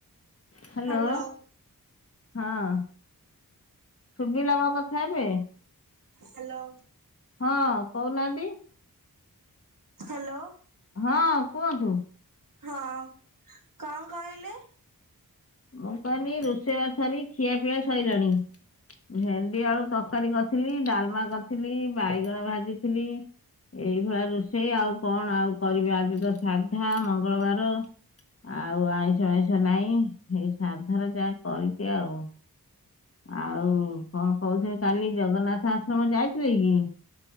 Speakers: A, on the left; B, on the right.
A: Hello
B: hello.
A: ହଁ। ଶୁଭିଲା ମୋ କଥା ଏବେ।
B: ହାଲୋ
A: ହଁ କହୁନାହାନ୍ତି।
B: ହାଲୋ।
A: ହଁ କୁହନ୍ତୁ।
B: ହଁ କଣ କହିଲେ।
A: ମୁ କହିଲି ରୋଷେଇବାସ ସାରି ଖିଆ ପିଆ ସଇଲାଣି। ଭେଣ୍ଡି ଆଳୁ ତରକାରୀ କରିଥିଲି, ଡାଲମା କରିଥିଲି, ବାଇଗଣ ଭାଜିଥିଲି। ଏଇଭଳିଆ ରୋଷେଇ ଆଉ କଣ ଆଉ କରିବି ଆଜି ତ ସାଧା ମଙ୍ଗଳବାର। ଆଉ ଆଇଁଷ ଫାଇଁଷ ନାହିଁ ଏ ସାଧାରେ ଯାହା କରିଚି ଆଉ। ଆଉ କଣ କହୁଥିଲି କାଲି ଜଗନ୍ନାଥ ଆଶ୍ରମ ଯାଇଥିଲେ କି?